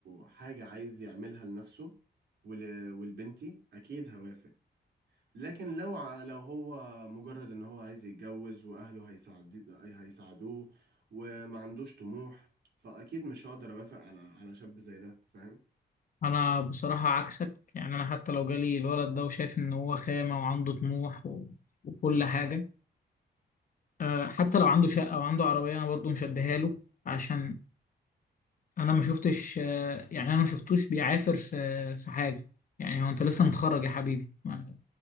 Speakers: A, on the right (about 70°); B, on the left (about 50°).
A: حاجة عايز يعملها لنفسه ول... والبنتي اكيد هوافق لكن لو ع- لو هو مجرد ان هو عايز يتجوز واهله هيساعد هيساعدوه وما عندوش طموح فاكيد مش هقدر اوافق على على شاب زي ده فاهم
B: انا بصراحة عكسك يعني انا حتى لو جالي الولد ده وشايف ان هو خامة وعنده طموح و... وكل حاجة أه حتى لو عنده شقة وعنده عربية انا برضه مش هديها له عشان انا ما شفتش آه، يعني انا ما شفتوش بيعافر في في حاجه يعني هو انت لسه متخرج يا حبيبي ما